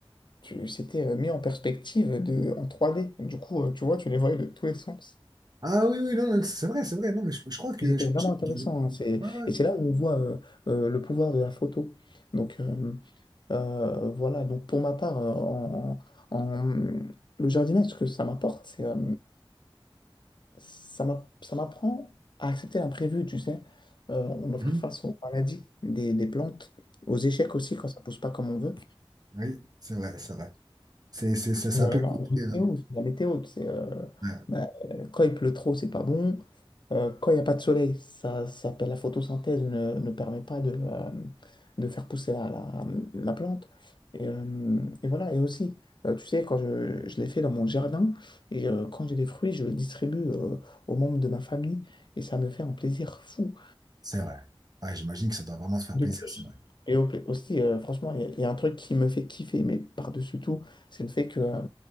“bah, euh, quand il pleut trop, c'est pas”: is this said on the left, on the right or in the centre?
Left